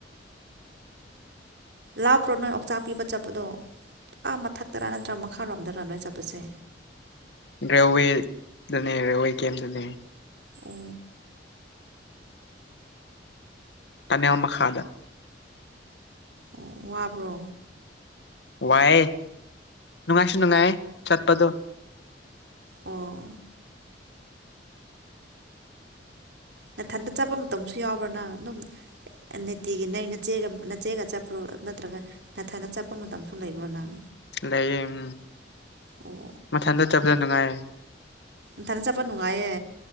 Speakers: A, on the right; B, on the left.
A: ꯂꯥꯞꯄ꯭ꯔꯣ ꯅꯣꯏ ꯑꯣꯛꯆꯥꯛ ꯄꯤꯕ ꯆꯠꯄꯗꯣ ꯄꯨꯥ ꯃꯊꯛꯇꯔ ꯅꯠꯇ꯭ꯔꯥ ꯃꯈꯥꯔꯣꯝꯗꯔ ꯅꯣꯏ ꯆꯠꯄꯁꯦ
B: ꯔꯦꯜꯋꯦꯗꯅꯦ ꯔꯦꯜꯋꯦ ꯀꯦꯝꯗꯅꯦ
A: ꯑꯣ
B: ꯇꯅꯦꯋꯥ ꯃꯈ ꯃꯈꯥꯗ
A: ꯑꯣ ꯋꯥꯕ꯭ꯔꯣ
B: ꯋꯥꯏꯦ ꯅꯨꯡꯉꯥꯏꯁꯨ ꯅꯨꯡꯉꯥꯏꯌꯦ ꯆꯠꯄꯗꯣ
A: ꯑꯣ ꯅꯥꯊꯟꯗ ꯆꯠꯄ ꯃꯇꯝꯁꯨ ꯌꯥꯎꯕ꯭ꯔꯥ ꯅꯪ ꯑꯗꯨꯝ ꯅꯤꯇꯤꯒꯤ ꯅꯒ ꯅꯆꯦꯒ ꯆꯠꯄ꯭ꯔꯣ ꯅꯠꯇ꯭ꯔꯒ ꯅꯥꯊꯟꯗ ꯆꯠꯄ ꯃꯇꯝꯁꯨ ꯂꯩꯕ꯭ꯔꯣ ꯅꯪ
B: ꯂꯩꯌꯦ ꯎꯝ
A: ꯑꯣ
B: ꯃꯊꯟꯗ ꯆꯕꯗ ꯅꯨꯡꯉꯥꯏꯌꯦ
A: ꯇꯅꯤ ꯆꯄ ꯅꯨꯅꯨꯡ ꯉꯥꯏꯦ